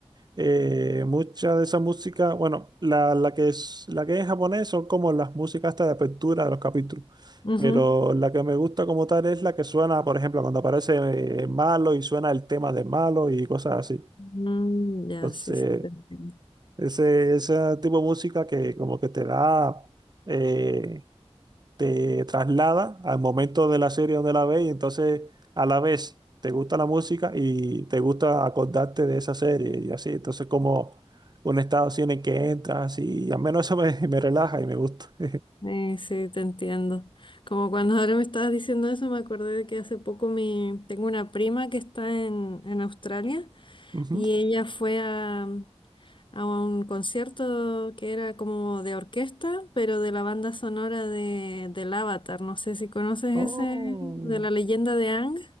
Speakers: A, on the right; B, on the left.
A: eh, mucha de esa música, bueno, la, la que es, la que es en japonés son como las músicas hasta de apertura de los capítulos.
B: Ujú.
A: Pero la que me gusta como tal es la que suena, por ejemplo, cuando aparece eh, Malo y suena el tema de Malo y cosas así.
B: Mm, ya,
A: Entonces,
B: sí, sí, te entiendo.
A: Ese, ese tipo de música que como que te da, eh, te traslada al momento de la serie donde la ves y entonces a la vez te gusta la música y te gusta acordarte de esa serie y así. Entonces como un estado así en el que entras y al menos eso me, <laughs> me relaja y me gusta. <laughs>
B: Eh, sí, te entiendo. Como cuando ahora me estabas diciendo eso, me acordé de que hace poco mi, tengo una prima que está en, en Australia
A: Ujú.
B: y ella fue a, a un concierto que era como de orquesta, pero de la banda sonora de, del Avatar. No sé si conoces
A: Oh.
B: ese, de la leyenda de Ang